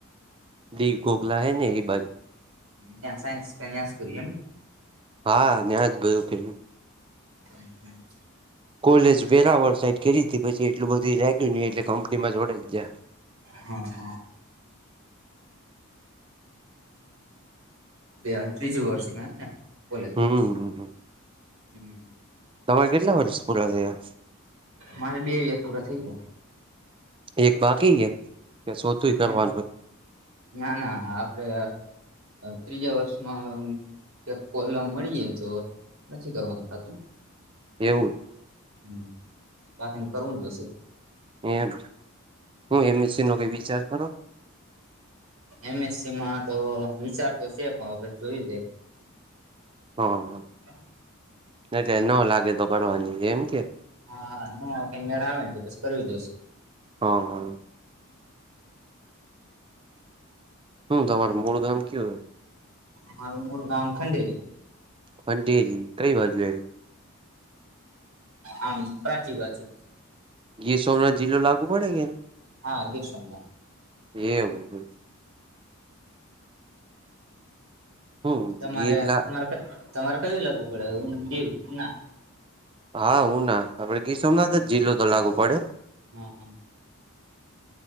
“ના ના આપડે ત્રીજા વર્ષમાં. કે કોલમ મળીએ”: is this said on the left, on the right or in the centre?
Right